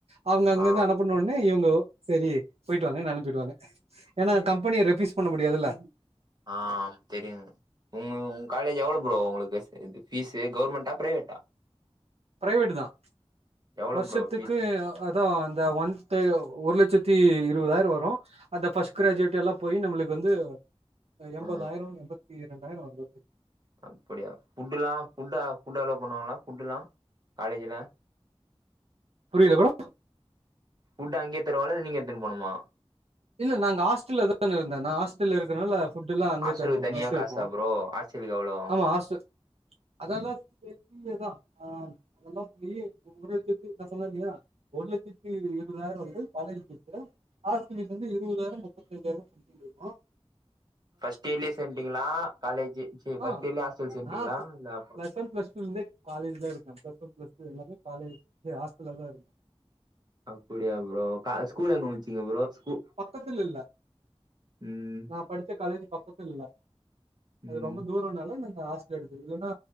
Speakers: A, on the right; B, on the right.
A: அவுங்க அங்கந்து
B: ஆ
A: அனுப்பன ஒன்னே இவுங்கோ செரி போய்ட்டு வாங்கன் அனுப் பிடுவாங்க ஏன்னா கம்பெனிய ரெபியூஸ் பண்ண முடியாதுல்ல
B: ஆம் தெரியும் உங்க உங்க காலேஜ் எவ்ளோவு ஃப்ரோ உங்களுக்கு ப்பீஸ்சு கவர்மெண்ட்டா பிரைவேட்டா
A: பிரைவேட் தான்
B: எவ்ளோ
A: வருஷத்துக்கு
B: ப்ரோ ஃபீஸு
A: தா அந்த மன்த்து ஒரு லட்சத்தி இருவதாயிரோ வரும் அந்த பஸ்ட் கிராஜுவேட்ல்லா போய் நம்மளுக்கு வந்து எம்தாயிரம்
B: ஆ
A: எண்பத்தி ரெண்டாயிரம் வரு
B: அப்படியா புட்டுல்லா புட்டு அலோ பண்ணுவாங்களா புட்டு்லாம் காலேஜ்ல
A: புரியல ஃப்ரோ
B: புட்டு அங்கே தருவாங்களல்ல இல்ல நீங்க எத்துனு போணுமா
A: இல்ல நாங்க ஹாஸ்டல்ல தாருந்தேன் நான் ஹாஸ்டல்ல இருக்கனால புட்டுலாம் அங்கேயே
B: ஹாஸ்டலுக்கு
A: தருவாங்க
B: தனியா
A: மெஸ்
B: காசா
A: இருக்கும்
B: ப்ரோ ஹாஸ்டலுக்கு எவ்ளோ
A: ஆமா ஹாஸ்டல் அதெல்லாம் சேத்தியேதான் ஆ அதெல்லாம் போயி ஒரு லட்சத்தி நா சொன்னல்லியா ஒரு லட்சத்தி இருவதாயிரம் வந்து காலேஜ் பீஸ் மொத்தோம் பீஸ் வந்து இருபதாயிரம் முப்பத்தஞ்யாயிரம் சம்திங் இருக்கோம்
B: பர்ஸ்ட் இயர்லயே சேண்டிங்களா காலேஜி சீ பர்ஸ்ட்
A: ஆ
B: இயர்லயே ஹாஸ்டல் சேட்டீங்களா
A: நா
B: இல்ல அப்புறோம்
A: பிளஸ் ஒன் பிளஸ் டூலருந்தே காலேஜல இருக்கன் பிளஸ் ஒன் பிளஸ்டூலாமே காலேஜ் ஹாஸ்டலல்ல தான் இருக்கன்
B: அப்படியா ப்ரோ ஸ்கூல் எங்க முடிசீங்க ப்ரோ ஸ்கூ
A: பக்கத்திலில்ல
B: ம்
A: நா படிச்ச காலேஜ் பக்கத்திலில்ல
B: ம்
A: அது ரொம்ப தூரனால எனக்கு ஆஷ்டல் எடுத்துது இதுன்னா